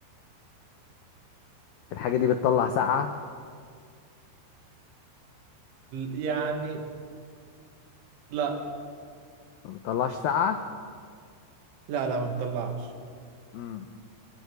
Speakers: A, on the left; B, on the right.
A: الحاجه دي بتطلع سقعه
B: يعني لا
A: ما بتطلعش سقعه
B: لا لا ما بتطلعش
A: امم